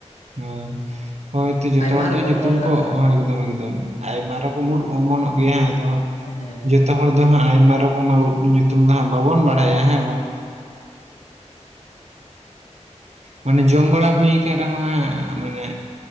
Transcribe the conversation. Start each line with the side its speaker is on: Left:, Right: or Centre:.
Right: ᱦᱩᱸ ᱾ ᱦᱚᱭᱛᱳ ᱡᱚᱛᱚ
Left: ᱟᱭᱢᱟ
Right: ᱦᱚᱲ
Left: ᱨᱚᱠᱚᱢ
Right: ᱫᱚ ᱧᱩᱛᱩᱢ
Left: ᱚᱢᱚᱱᱚᱜᱼᱟ
Right: ᱠᱚᱜ,
Left: ᱛᱚ
Right: ᱮᱠᱫᱚᱢ ᱮᱠᱫᱚᱢ
Left: ᱦᱮᱸ
Right: ᱟᱭᱢᱟ ᱨᱚᱠᱚᱢ ᱩᱫ ᱚᱢᱚᱱᱚᱜ ᱜᱮᱭᱟ ᱦᱮᱸ ᱟᱫᱚ ᱦᱟᱸᱜᱼᱼ
Left: ᱦᱮᱸ ᱾
Right: ᱡᱚᱛᱚ ᱦᱚᱲ ᱫᱚ ᱦᱟᱸᱜ ᱟᱭᱢᱟ ᱨᱚᱠᱚᱢᱟᱜ ᱩᱫ ᱧᱩᱛᱩᱢ ᱫᱚ ᱦᱟᱸᱜ ᱵᱟᱵᱚᱱ ᱵᱟᱲᱟᱭᱟ ᱦᱮᱸ ᱵᱟᱝ ᱾ ᱢᱟᱱᱮ ᱡᱚᱢ ᱵᱟᱲᱟ ᱦᱩᱭ ᱠᱟᱱ ᱨᱮᱦᱚᱸ ᱦᱟᱸᱜ ᱢᱟᱱᱮᱼᱼ